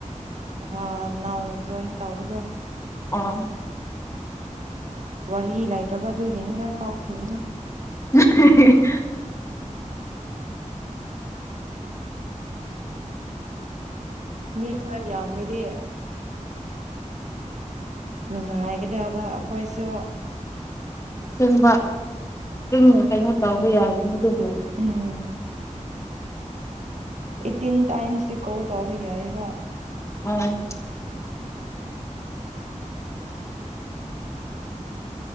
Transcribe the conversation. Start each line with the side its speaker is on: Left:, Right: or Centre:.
Right: ꯑ ꯅꯥꯎꯅ ꯖꯣꯏꯟ ꯇꯧꯕꯗꯣ
Left: ꯑꯣ
Right: ꯋꯥꯔꯍꯤ ꯂꯩꯇꯕ ꯑꯗꯨꯒꯤꯅꯤꯅ ꯇꯧꯈꯤꯕꯅꯦ
Left: ꯍ
Right: ꯃꯤ ꯈꯔ ꯌꯥꯝꯅꯗꯤ ꯅꯨꯡꯉꯥꯏꯒꯗꯕ ꯑꯩꯈꯣꯏꯁꯨ
Left: ꯁꯪꯕ ꯑꯗꯨꯝ ꯀꯩꯅꯣ ꯇꯧꯕ ꯌꯥꯒꯅꯤ ꯅꯃꯣ
Right: ꯎꯝ ꯑꯩꯇꯤꯟ ꯇꯥꯏꯝꯁꯇꯤ ꯀꯧ ꯇꯥꯎꯕ ꯌꯥꯏꯑꯕ
Left: ꯑꯣ
Right: ꯎꯝ